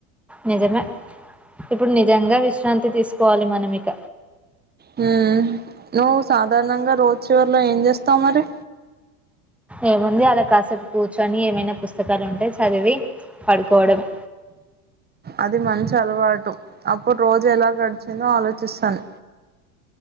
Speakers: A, in the centre; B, on the right (about 20°).
A: నిజమే ఇప్పుడు నిజంగా విశ్రాంతి తీసుకోవాలి మనం ఇక
B: హ్మ్ నువ్వు సాధారణంగా రోజ్ చివరిలో ఏం చేస్తావ్ మరి
A: ఏముంది అలా కాసేపు కూర్చొని ఏమైనా పుస్త్ పుస్తకాలు ఉంటే చదివి పడుకోవడమే
B: అది మంచి అలవాటు అప్పుడు రోజు ఎలా గడ్ చెలో ఆలోచిస్తాన్.